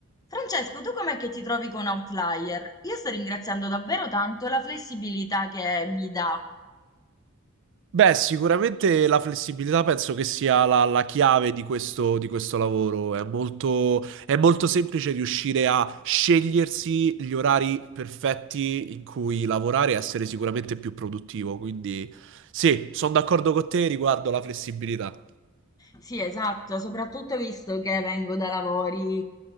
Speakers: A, on the left; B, on the right.
A: Francesco, tu com'è che ti trovi con Outlier? Io sto ringraziando davvero tanto la flessibilità che mi dà.
B: Beh, sicuramente la flessibilità penso che sia la, la chiave di questo, di questo lavoro. È molto, è molto semplice riuscire a scegliersi gli orari perfetti in cui lavorare e essere sicuramente più produttivo. Quindi sì, sono d'accordo con te riguardo la flessibilità.
A: Sì, esatto, soprattutto visto che vengo da lavori